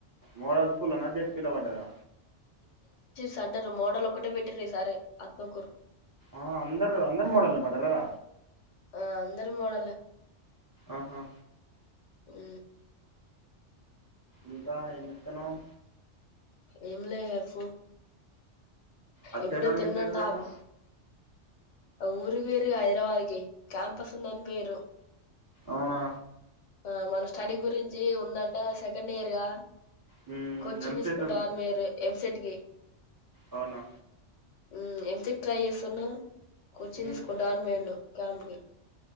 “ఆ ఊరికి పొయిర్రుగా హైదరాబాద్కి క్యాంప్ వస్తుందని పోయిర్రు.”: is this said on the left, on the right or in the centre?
Left